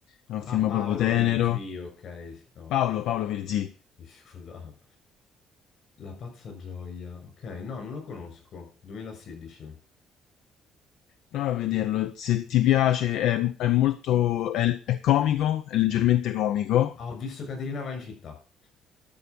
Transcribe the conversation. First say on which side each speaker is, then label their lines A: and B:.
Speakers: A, on the left; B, on the left.
A: è un film
B: Ah, Paolo
A: proprio tenero.
B: Virzi, ok. sì, no,
A: Paolo, Paolo Virzì.
B: <laughs> scusa. La pazza gioia. Ok, no, non lo conosco. 2016.
A: Prova a vederlo, se ti piace è, è molto, è, è comico, è leggermente
B: Ah,
A: comico.
B: Ah, ho visto Caterina va in città. <laughs>